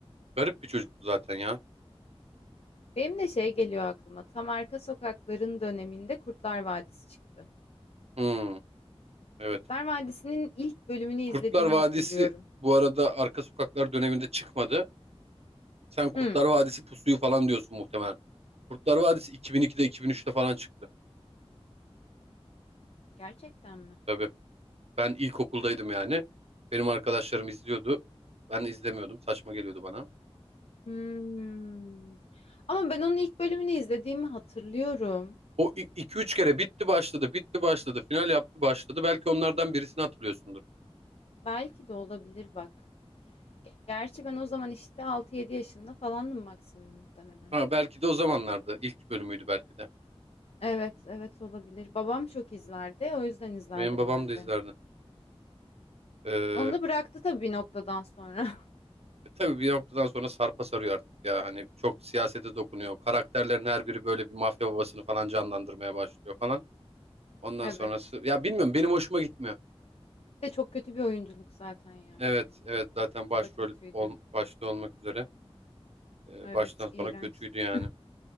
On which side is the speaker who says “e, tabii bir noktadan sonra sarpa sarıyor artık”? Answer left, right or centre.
Right